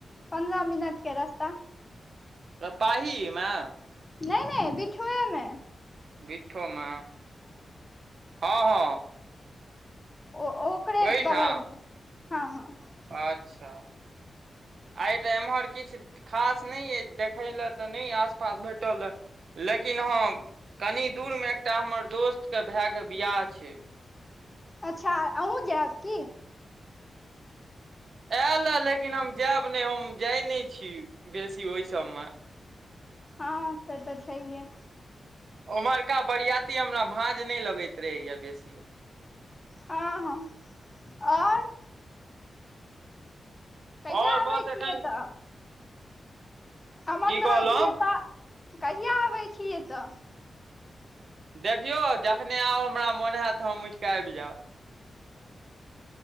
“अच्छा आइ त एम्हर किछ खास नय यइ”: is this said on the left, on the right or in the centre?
Right